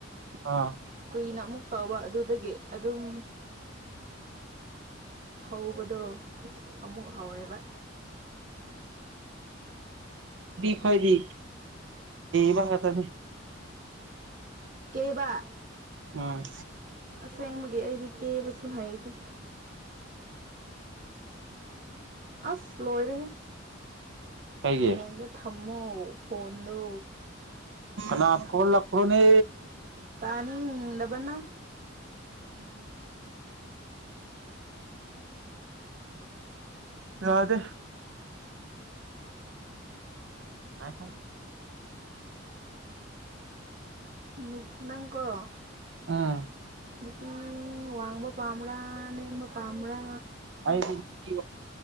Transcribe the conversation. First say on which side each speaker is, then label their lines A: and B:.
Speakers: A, on the right; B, on the right.
A: ꯑꯥ
B: ꯀꯨꯏꯅ ꯑꯃꯨꯛ ꯇꯥꯎꯕ ꯑꯗꯨꯗꯒꯤ ꯑꯗꯨꯝ ꯊꯧꯕꯗꯣ ꯑꯃꯨꯛ ꯍꯧꯔꯦꯕ
A: ꯐꯣꯏꯗꯤ ꯀꯕ ꯇꯅꯦ
B: ꯀꯦꯕ
A: ꯎꯝ
B: ꯁꯦꯡꯃꯒꯤ ꯑꯩꯗꯤ ꯀꯦꯕꯁꯨ ꯍꯩꯗꯦ ꯑꯁ ꯂꯣꯏꯔꯅꯦꯦ
A: ꯀꯩꯒꯤ
B: ꯁꯂꯦꯟꯗ ꯊꯝꯃꯣ ꯐꯣꯟꯗꯣ
A: ꯅꯥ ꯀꯣꯜꯂꯈ꯭ꯔꯣꯅꯦ
B: ꯇꯥꯅꯤꯡꯗꯕꯅ
A: ꯎꯝ ꯑꯗꯦ ꯑꯈꯣ
B: ꯅꯨꯨꯞꯅꯥꯪꯀ
A: ꯎꯝ
B: ꯃꯤ ꯋꯥꯡꯕ ꯄꯥꯝꯕ꯭ꯔꯥ ꯅꯦꯝꯕ ꯄꯥꯝꯕ꯭ꯔꯥ
A: ꯑꯩꯗꯤ